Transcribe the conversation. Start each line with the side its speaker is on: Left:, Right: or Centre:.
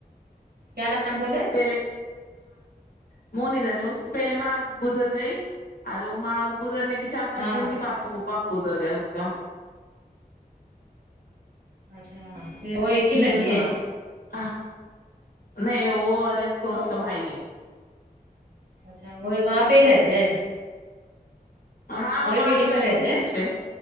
Right: کیا نام بولے
Left: پ <unintelligible> مونی دھن میں اس کی پہلے ماں گزر گئی اور وہ ماں گزرنے کی چار پانچ
Right: ہاں
Left: دن کے باپو وہ باپ گزر گئے اس کا
Right: اچھا پھر وہ ایک ہی لڑکی
Left: دیکھو
Right: ہے
Left: نا اہ نہیں وہ اور اس کو اس کا بھائی ہے
Right: اچھا وہی وہاں پہ ہی رہتے ہیں
Left: ہاں وہاں
Right: بلڈنگ
Left: آگے والی
Right: میں رہتے
Left: انتیس
Right: ہے
Left: پے